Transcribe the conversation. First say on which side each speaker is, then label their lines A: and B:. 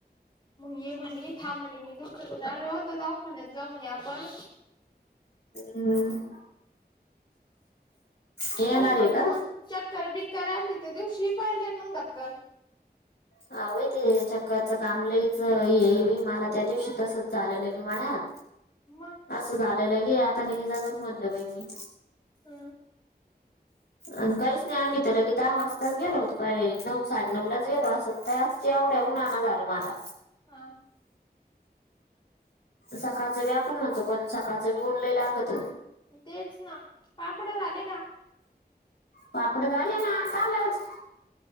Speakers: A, on the left; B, on the left.
A: मग ये म्हणे थां म्हणे मी दुपून आलो होत जाऊ पण जाऊ म्हणे आपण.
B: हम्म. येणार
A: मग
B: आहे का
A: चक्कर -बिक्कर आल तिथे दिवशी पडले मग धपकन.
B: हव ते चक्काचं काम लच ये मला त्या तसच की मळयात.
A: मग
B: असं झालेलं गे आता नाही जगत म्हणलं बाई मी.
A: हम.
B: आणि काहीच नाही आम्ही त्याला की दहा वाजताच गेलो होतो. पा नऊ साडे नऊ लाच गेलो असल त्याया ते एवढ्या उन्हांन झालं मला.
A: हा.
B: सकाळच भी आपण म्हणतो, पण सकाळच भी उन लइ लागत.
A: तेच ना पापड झाले का?
B: पापड झााले ना कालच.